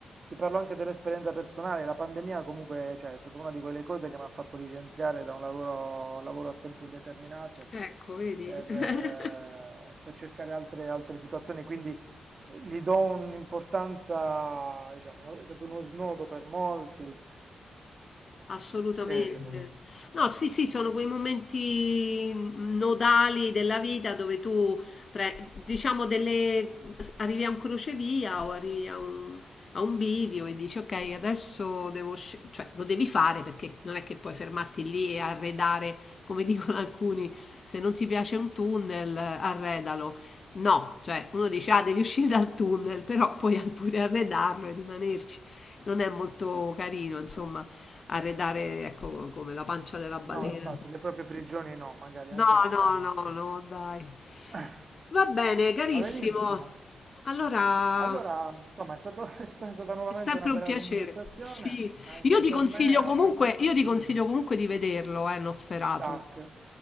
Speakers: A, on the right; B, on the left.
A: ti parlo anche dell'esperienza personale, la pandemia comunque, cioè, è stata una di quelle cose che mi ha fatto licenziare da un lavoro, lavoro a tempo indeterminato
B: Ecco, vedi?
A: per,
B: <laughs>
A: eh, per cercare altre, altre situazioni, quindi eh, gli do un'importanza, diciamo, è stato uno snodo per molti.
B: Assolutamente.
A: Eh,
B: No, sì, sì, sono quei momenti mm, nodali della vita dove tu, pre- diciamo, delle, arrivi a un crocevia o arrivi a un, a un bivio e dici, ok, adesso devo, sce- cioè lo devi fare perché non è che puoi fermarti lì e arredare, come <laughs> dicono alcuni, se non ti piace un tunnel, arredalo. No, cioè uno dice, ah, devi uscire dal tunnel, però puoi pure arredarlo e rimanerci. Non è molto carino, insomma arredare, ecco, come la pancia della balena.
A: No, infatti,
B: Mm.
A: le proprie prigioni no, magari anche
B: No,
A: no,
B: no,
A: grazie.
B: no, no, dai.
A: <laughs>
B: Va bene, carissimo.
A: Va benissimo.
B: Allora,
A: Allora,
B: è
A: insomma, è stato- <laughs> è sta- è stata nuovamente
B: sempre
A: una bella
B: un piacere.
A: conversazione,
B: Sì,
A: anche
B: io ti
A: per
B: consiglio
A: me. avrei-
B: comunque, io
A: dimmi.
B: ti consiglio comunque di vederlo, eh, Nosferatu.
A: Dark.